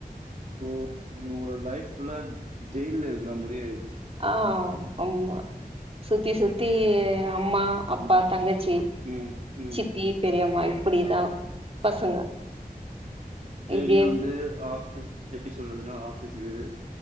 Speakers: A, on the right; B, on the right.
A: ஓ நீங்க ஒரு லைஃப் ஃபுல்லா ஜேல்ல இருக்குற மாரி ஆய்
B: ஆஹ் ஆமா சுத்தி சுத்தி நா அம்மா அப்பா
A: ம்,
B: தங்கச்சி
A: ம், ம்.
B: சித்தி பெரியம்மா அப்படிதான் பசங்க
A: டெய்லி
B: இப்டியே
A: வந்து ஆப்ஸ் எப்படி சொல்றதுன்னா ஆஃபீஸ் வீடு